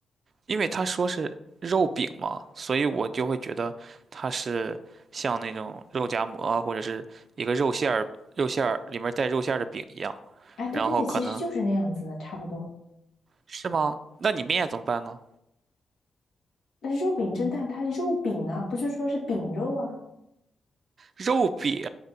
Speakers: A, on the right; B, on the left.
A: 因为他说是肉饼嘛，所以我就会觉得它是像那种肉夹馍啊或者是一个肉馅儿肉馅儿里面带肉馅儿的饼一样，
B: 哎，对对对，
A: 然后可能
B: 其实就是那样子的，差不多。
A: 是吗？那你面怎么办呢？
B: 但是肉饼蒸蛋，它肉饼啊，不是说是饼肉啊，
A: 肉饼，